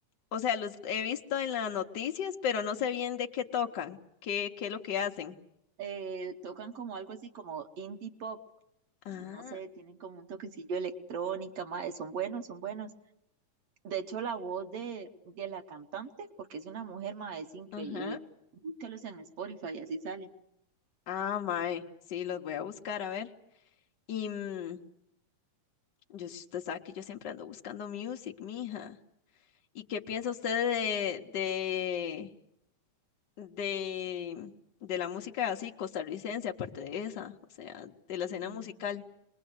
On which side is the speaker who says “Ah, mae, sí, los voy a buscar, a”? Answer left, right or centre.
Left